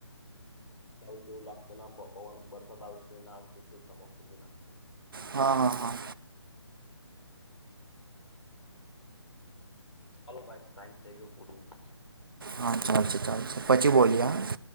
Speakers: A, on the left (about 80°); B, on the right (about 50°).
A: ક્યારેક કેવું લાગતું ના પ પવન વરસાદ આવશે ના આવશે કેવું સમજતો ગ ના.
B: હા હા હા.
A: હલો ભાઈ ટાઈમ થઈ ગયો બોલું બાચા.
B: હા, ચાલશે ચાલશે પછી બોલીયે હ.